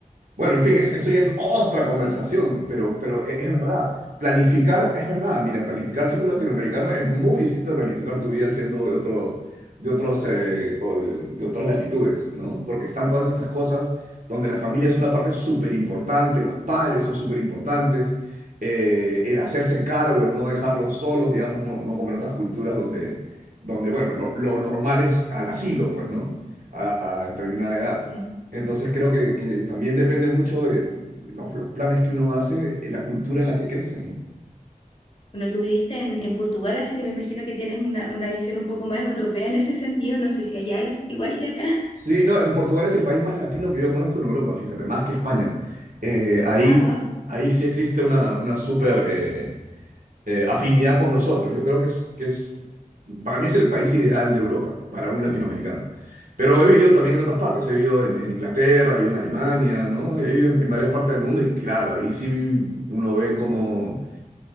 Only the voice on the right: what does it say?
Bueno, en fin, eso, eso ya es otra conversación, pero, pero e- es, verdad. Planificar, es verdad, mira, planificar siendo latinoamericano es muy distinto a planificar tu vida siendo de otro, de otros, eh, o de de otras latitudes, ¿no? Porque están todas estas cosas donde la familia es una parte súper importante, los padres son súper importantes, eh, el hacerse cargo, el no dejarlos solos, digamos, no, no como en otras culturas donde, donde bueno, lo, lo normal es al asilo, pues, ¿no? A, a determinada edad.
Entonces creo que, que también depende mucho de los, los planes que uno hace, eh, la cultura en la que crece, ¿no?
Sí, no, en Portugal es el país más latino que yo conozco en Europa, fíjate, más que España. Eh, ahí,
ahí sí existe una, una súper eh, eh, afinidad con nosotros. Yo creo que es, que es, para mí es el país ideal de Europa, para un latinoamericano. Pero he vivido también en otras partes, he vivido en, en Inglaterra, he vivido en Alemania, ¿no? He vivido en, en varias partes del mundo y claro, ahí sí uno ve como